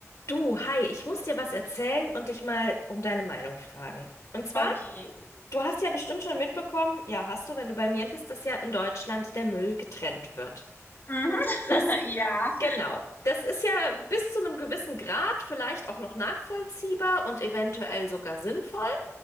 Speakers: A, on the left (about 85°); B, on the left (about 45°).
A: Du, hi, ich muss dir was erzählen und dich mal um deine Meinung fragen. Und zwar,
B: Okay.
A: du hast ja bestimmt schon mitbekommen, ja, hast du, wenn du bei mir bist, dass ja in Deutschland der Müll getrennt wird.
B: Mhm.
A: Das,
B: <laughs> Ja.
A: genau. Das ist ja bis zu einem gewissen Grad vielleicht auch noch nachvollziehbar und eventuell sogar sinnvoll.